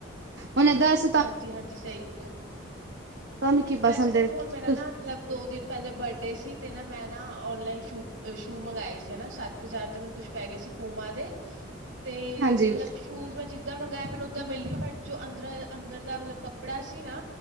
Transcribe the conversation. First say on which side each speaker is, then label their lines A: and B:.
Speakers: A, on the right; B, on the right.
A: ਉਹਨੇ ਦਸ
B: ਹਾਂਜੀ-ਹਾਂਜੀ ਸਹੀ ਕਿਹਾ,
A: ਤੁਹਾਨੂੰ ਕੀ
B: ਵੈਸੇ
A: ਪਸੰਦ
B: ਦੇਖੋ
A: ਹੈ ਤੁਸ-
B: ਹੁਣ ਮੇਰਾ ਨਾ ਦੋ ਦਿਨ ਪਹਿਲੇ ਬਰਡੇ ਸੀ ਤੇ ਨਾ ਮੈਂ ਨਾ ਔਨਲਾਈਨ ਸ਼ੂ, ਅ ਸ਼ੂ ਮੰਗਵਾਏ ਸੀ, ਨਾ ਸੱਤ ਹਜਾਰ ਦੇ ਮੇਨੂੰ ਕੁੱਛ ਪੈ ਗਏ ਸੀ, ਪੂਮਾ ਦੇ। ਤੇ
A: ਹਾਂਜੀ
B: ਮਤਲਬ ਸ਼ੂਜ ਮੈਂ ਜਿੱਦਾਂ ਮੰਗਇਆ ਮੈਨੂੰ ਉਦਾਂ ਮਿਲ ਗਏ ਬਟ ਜੋ ਅੰਦਰ, ਅੰਦਰ ਦਾ ਮਤਲਬ ਕੱਪੜਾ ਸੀ ਨਾ